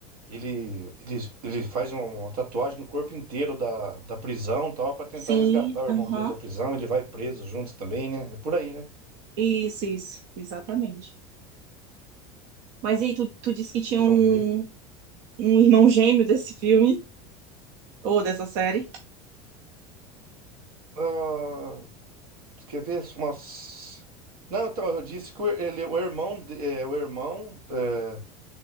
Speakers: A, on the right; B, on the right.
A: ele, ele, ele faz um, uma tatuagem no corpo inteiro da, da prisão, e tal, pra tentar
B: Sim,
A: resgatar o
B: aham.
A: irmão dele da prisão, ele vai preso juntos também, né? É por aí, né?
B: Isso, isso, exatamente. Mas e aí, tu, tu disse que tinha
A: Prison
B: um,
A: Break.
B: um irmão gêmeo desse filme, ou dessa série?
A: Ah, quer ver umas... Não, então, eu disse que o, ele, o irmão, de- é, o irmão, é,